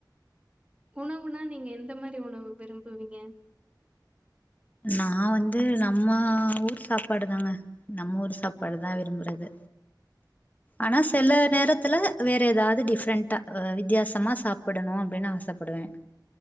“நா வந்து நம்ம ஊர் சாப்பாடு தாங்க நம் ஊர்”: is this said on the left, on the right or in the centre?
Left